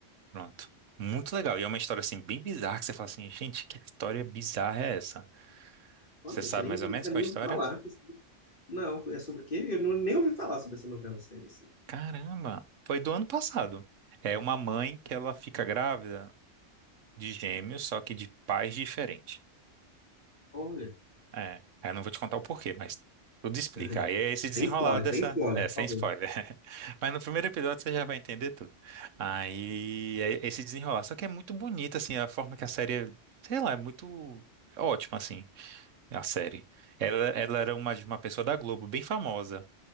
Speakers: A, on the right; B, on the left.
A: Pronto. Muito legal. E é uma história assim bem bizarra que você fala assim, gente, que história bizarra é essa?
B: Pô,
A: Você
B: gente,
A: sabe
B: nem,
A: mais
B: nunca
A: ou menos qual
B: nem
A: é a
B: ouvi
A: história?
B: falar. Não, é sobre o quê? Eu não, nem ouvi falar sobre essa novela série. assim.
A: Caramba, foi do ano passado. É uma mãe que ela fica grávida de gêmeos, só que de pais diferentes.
B: Olha.
A: É, eu não vou te contar o porquê, mas tudo
B: <laughs>
A: explica. Aí é esse
B: Sem
A: desenrolar
B: spoiler,
A: dessa.
B: sem spoiler,
A: É, sem
B: por
A: spoiler.
B: favor.
A: <laughs> Mas no primeiro episódio você já vai entender tudo. Aí é esse desenrolar. Só que é muito bonito, assim, a forma que a série. é, Sei lá, é muito ótima, assim, a série. Ela, ela era uma de uma pessoa da Globo, bem famosa.